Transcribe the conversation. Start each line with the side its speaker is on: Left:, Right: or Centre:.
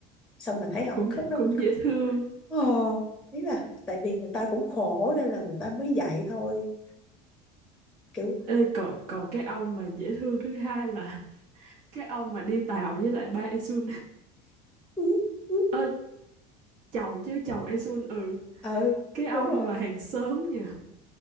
Centre: xong mình thấy ổng
Right: cũng
Centre: khúc đó
Right: cũng
Centre: mình
Right: dễ thương
Centre: Ờ, ý là tại vì người ta cũng khổ nên là người ta mới dạy thôi kiểu
Right: Ê, còn còn cái ông mà dễ thương thứ hai là <laughs> cái ông mà đi tàu với lại ba Esun
Centre: <laughs>
Right: <laughs> ơi chồng chứ chồng Esun ừ
Centre: ờ
Right: cái ông
Centre: đúng rồi
Right: mà hàng xóm nha